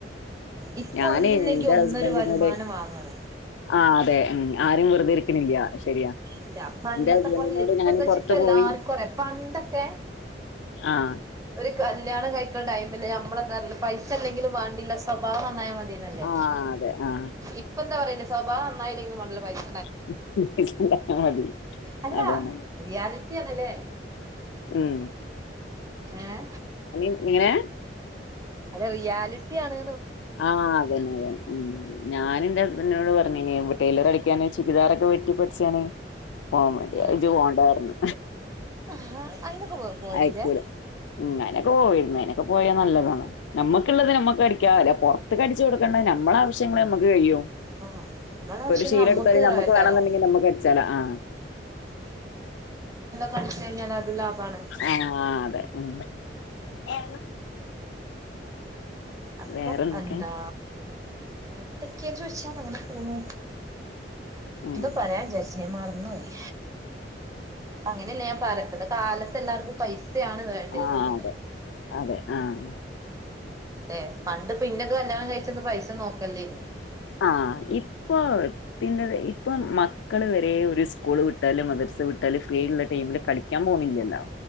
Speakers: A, on the right; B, on the left.
A: ഇപ്പൊ
B: ഞാന്
A: ഒന്നില്ലെങ്കി
B: എന്റെ
A: ഒന്നൊരു
B: ഹസ്ബൻഡിനോട്
A: വരുമാനം വാങ്ങണ.
B: ആ അതെ ഉം ആരും വെറുതെ ഇരിക്കണില്ല ശരിയാ
A: ഇല്ല പണ്ടത്തെ
B: എന്റെ ഹസ്ബൻഡിനോട്
A: പോലല്ല ഇപ്പ
B: ഞാന്
A: എന്താച്ച
B: പുറത്തു
A: ഇപ്പ എല്ലാർക്കുറിയാം
B: പോയി
A: പണ്ടൊക്കെ
B: ആ
A: ഒരു കല്യാണം കഴിക്കണ ടൈമില് നമ്മളന്തറന്ന പൈസല്ലെങ്കിലും വേണ്ടില്ല സ്വഭാവം നന്നായ മ തിന്നല്ലേ,
B: ആ അതെ ആ
A: ഇപ്പ എന്താ പറയല്? സ്വഭാവന്നായില്ലെങ്കിലും വേണ്ടില്ല പൈസ്
B: <unintelligible>
A: അല്ല
B: അതന്നെ
A: റിയാലിറ്റി ആണല്ലേ
B: ഉം
A: ഏ.
B: നിങ്ങനെ
A: അല്ല റിയാലിറ്റി ആണ്.
B: ആ അതന്നെ അതന്നെ ഉം ഞാനെന്റെ ഹസ്ബൻറിനോട് പറഞ്ഞിന് ടെയിലറടിക്കാന് ചുരിദാറൊക്കെ വെട്ടി പഠിച്ചാന്. പോവേണ്ട
A: ആഹ്
B: ജ് പോണ്ടാന്ന്
A: ആഹ് അയിനൊക്കെ പോ പോയിനില്ലേ
B: ആയക്കൂല ഉം അനക്ക് പോയിന്നനെ. ഇപ്പ പോയ നല്ലതാണ്. നമ്മുക്കുള്ളത് നമ്മക്ക്
A: നല്ലതാണ്
B: അടിക്കവല്ല്. തൊക്കടിച്ചോട്. നമ്മളെ ആവശ്യങ്ങള്ൾ നമ്മുക്ക് കഴിയോ
A: ആഹ് നമ്മളെ
B: ഇപ്പൊ
A: ആവശ്യങ്ങൾ
B: ഒരു ശീലം
A: നമ്മക്ക്
B: എടുത്ത
A: നിറവേറ്റാലോ
B: നമ്മുക്ക് വേണെന്നുണ്ടെങ്കിൽ നമ്മുക്ക് അടിച്ചാല ആ
A: കളിച്ചച്ച് കിഞ്ഞാൽ അത് ലാഭാണ്
B: ആഹ അതെ ഉ എ
A: അപ്പൊ
B: വേറെന്തൊക്കെ
A: എന്താ വേറെ എന്തൊക്കെയാന്ന് ചോദിച്ചാൽ അങ്ങനെ പോണു
B: ഉം
A: എന്തോ പറയാൻ വിചാരിച്ചു പിന്നെ മറന്നുപോയി അങ്ങനല്ല ഞാൻ <unintelligible> കാലത്ത് എല്ലാർക്കും പൈസ ആണ് വേണ്ടതന്ന്
B: ആഹ്
A: പറയ
B: അതെ അതെ ആഹ്
A: ല്ലെ പണ്ട് പിന്നൊക്കെ കല്ല്യാണം കഴിച്ചന്ന് പൈസൊന്നും നോക്കലില്ലയ്നിം
B: ആ ഇപ്പൊത്തിന് ഇപ്പൊ മക്കള് വരെ ഒരു സ്കൂള് വിട്ടാലും മദർസ് വിട്ടാലും ഫ്രീ ഉള്ള ടൈമില് കളിക്കാൻ പോണില്ലല്ലോ